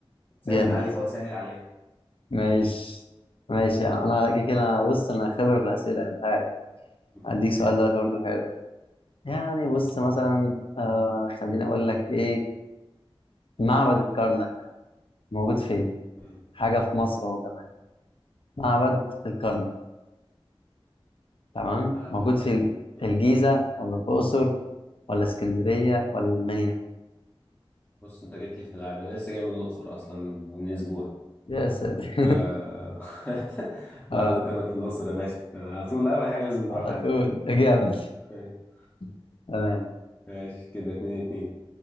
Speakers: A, on the left (about 15°); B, on the left (about 65°).
A: سهلت
B: جامد
A: عليك اهو سهل عليا
B: ماشي ماشي يعني انا على كده كده أنا- بص انا خبره في الاسئله يعني، انت عارف
A: مم.
B: هديك
A: ماشي
B: سؤال دلوقتي برضه حلو يعني يعني بص مثلا آه خليني اقول لك ايه معبد الكرنك يعني موجود فين
A: مم.
B: حاجه في مصر اهو كمان معبد الكرنك تمام
A: معبد
B: موجود
A: الكرنك
B: في
A: مم.
B: الجيزه ولا الاقصر ولا اسكندريه ولا المنيا
A: بص انت جيت لي في ملعب انا لسه جاي من الاقصر اصلا من, من اسبوع
B: يا ساتر
A: آه... <laughs>
B: <laughs> آه
A: معبد الكرنك في الاقصر يا باشا على طول اول حاجه لازم نروحها
B: على طول
A: دي
B: اجابه
A: <laughs>
B: <laughs> تمام
A: ماشي كده اتنين اتنين